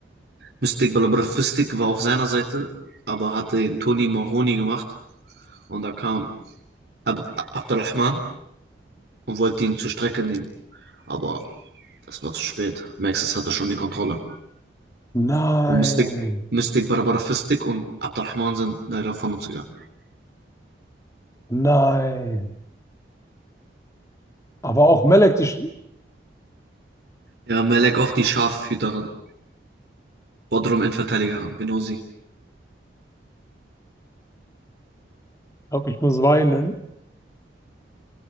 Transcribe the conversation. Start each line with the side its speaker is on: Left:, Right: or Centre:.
Right: Mystik Barabara Fistik war auf seiner Seite, aber hatte den Tony Mahoney gemacht. Und da kam Ab Abdurrahman und wollte ihn zur Strecke nehmen. Aber das war zu spät. Maxis hatte schon die Kontrolle.
Left: Nein,
Right: Und Mystik, Mystik Barabara Fistik und Abdurrahman sind leider von uns gegangen.
Left: nein. Aber auch Melek, die, Sch- ich
Right: Ja, Melek auch die Schafhüterin. Bodrum Endverteidiger haben, genau sie.
Left: glaube, ich muss weinen.